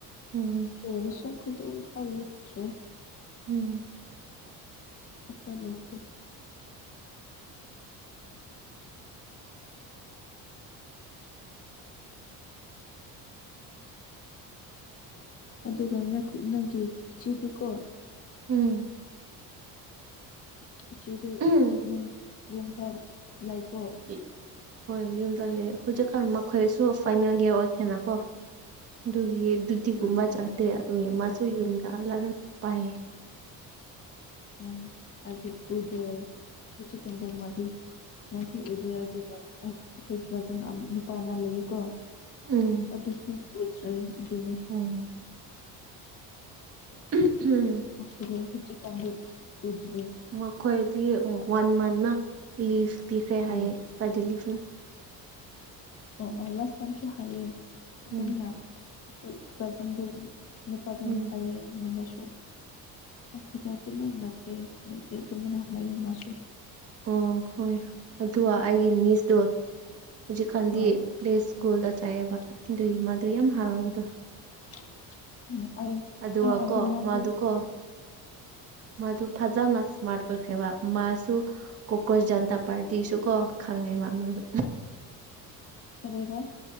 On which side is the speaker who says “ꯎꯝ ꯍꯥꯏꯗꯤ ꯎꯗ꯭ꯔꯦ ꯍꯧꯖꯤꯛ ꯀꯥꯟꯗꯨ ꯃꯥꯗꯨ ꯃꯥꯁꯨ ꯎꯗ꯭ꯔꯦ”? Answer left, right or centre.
Left